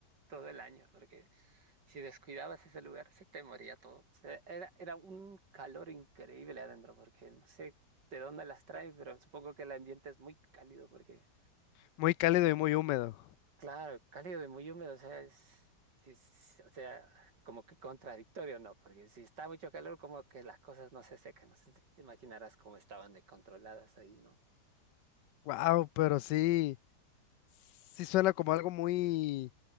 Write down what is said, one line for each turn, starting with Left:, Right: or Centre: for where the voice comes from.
Right: todo el año, porque si descuidabas ese lugar, se te moría todo. O sea, era, era un calor increíble adentro, porque no sé de dónde las traen, pero supongo que el ambiente es muy cálido, porque,
Left: Muy cálido y muy húmedo.
Right: claro, cálido y muy húmedo, o sea, es, sí es- o sea, como que contradictorio, ¿no? Porque si está mucho calor, como que las cosas no se secan, no sé, si te imaginarás cómo estaban descontroladas ahí, ¿no?
Left: Wow, pero sí, sí suena como algo muy,